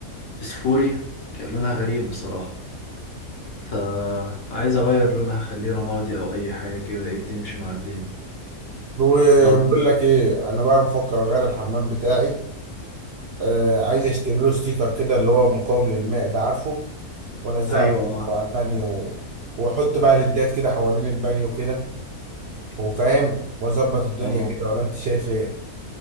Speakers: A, on the left; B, on the right.
A: فسفوري كان لونها غريب بصراحه فعايز اغير لونها اخليه رمادي او اي حاجه كده ايه تمشي مع الدنيا
B: وبقول
A: طب
B: لك ايه انا بقى بفكر اغير الحمام بتاعي آه عايز اشتري له ستيكر كده اللي هو مقاوم للماء ده عارفه والزقه
A: ايوه
B: على الحيطة
A: اه
B: وعلى البانيو واحط بقى ليدات كده حوالين البانيو كده وفاهم واظبط الدنيا
A: اه
B: كده ولا انت شايف ايه